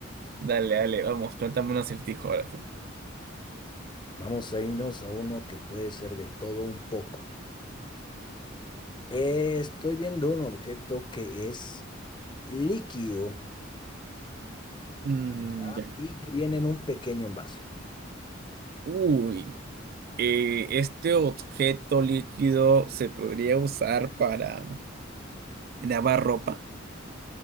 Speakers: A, on the right (about 50°); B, on the left (about 25°).
A: Dale, dale, vamos, plantame un acertijo ahora tú.
B: Vamos a irnos a uno que puede ser de todo un poco. Eh, estoy viendo un objeto que es líquido
A: Mm,
B: ya,
A: ya.
B: y que viene en un pequeño envase.
A: Uy. Eh, ¿este objeto líquido se podría usar para lavar ropa?